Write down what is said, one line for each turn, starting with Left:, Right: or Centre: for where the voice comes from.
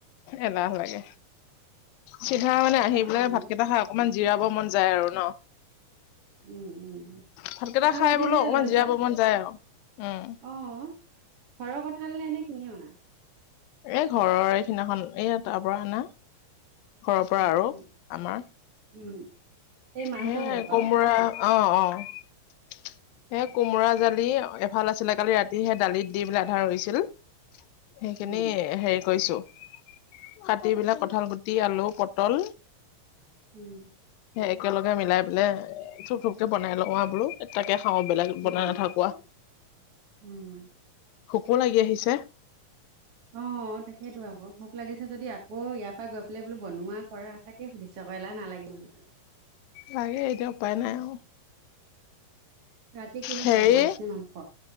Left: এলাহ লাগে চিধা মানে আহি
Right: সেইটো
Left: পেলাই
Right: কাৰণে
Left: ভাতকেইটা খা অকমান জিৰাব মন যায় আৰু ন
Right: উম, উম
Left: ভাতকেইটা
Right: কঁঠাল
Left: খাই
Right: গুটি
Left: বোলো
Right: যে
Left: অকমান
Right: লৈছা
Left: জিৰা ব মন যায় আৰু। উম
Right: অ', ঘৰৰ কঁঠাল নে এনে কিনি অনা?
Left: এ ঘৰৰ এইদিনাখন এই তাৰ পৰা আনা। ঘৰৰ পৰা
Right: উম
Left: আৰু
Right: উম
Left: আমাৰ
Right: উম এই মাহঁতৰ
Left: হে
Right: ঘৰৰ পৰাও
Left: কোমোৰা অ', অ', সে কোমোৰা জালি এফাল আছিলে কালি ৰাতি সে দালিত দি পলে আধা ৰৈছিল সেইখিনি
Right: উম
Left: হেৰি কৰিছোঁ কাটি বিলাক কঁঠাল গুটি আলু পটল
Right: উম
Left: সে একেলগে মিলাই পেলে ধূপ ধপকে বনাই লওঁ আওঁ বোলো তাকে খাওঁ বেলেগ
Right: উম
Left: বনাই নাথাকো আওঁ।
Right: উম
Left: ভোকো লাগি আহিছে।
Right: অ', তাকেইতো আকৌ ভোক লাগিছ ছে যদি আকৌ ইয়াৰ পৰা গৈ পেলাই বোলো বনোৱা কৰা তাকে সুধিছোঁ আকৌ এলাহ নালাগিব নি কিবা।
Left: লাগে এতিয়া উপায় নাই আৰু।
Right: ৰাতি কিহে
Left: হেৰি
Right: খালা মাছ নে মাংস